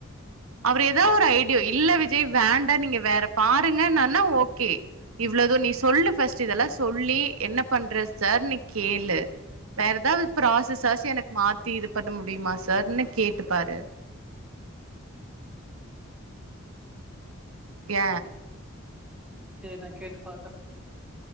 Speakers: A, on the right (about 75°); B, in the centre.
A: அவரு எதோ ஒரு ஐடியோ இல்ல விஜய் வேண்டா நீங்க வேற பாருங்கன்னான்னா ஓகே இவ்ளோ து நீ சொல்லு ஃபர்ஸ்ட்டு இதெல்லா சொல்லி என்ன பண்றது சார்னு கேளு வேற எதாவுது ப்ராசஸ் ஆச்சி எனக்கு மாத்தி இது பண்ண முடியுமா சார்னு கேட்டு பாரு ஏ
B: சேரி நா கேட்டு பாக்கற